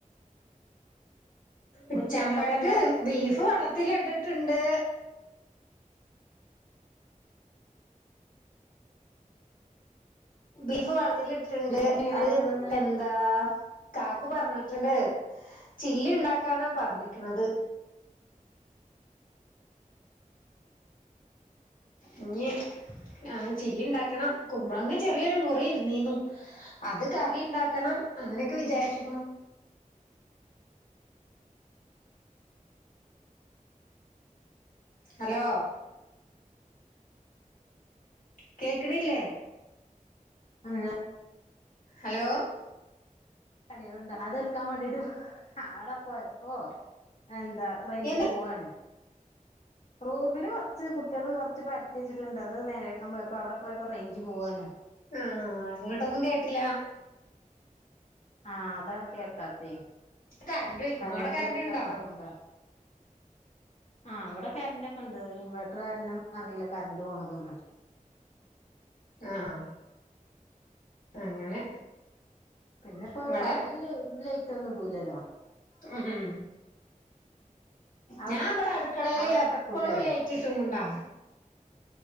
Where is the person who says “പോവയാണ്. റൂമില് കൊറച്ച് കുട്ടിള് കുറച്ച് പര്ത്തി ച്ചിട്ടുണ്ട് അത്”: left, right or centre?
Left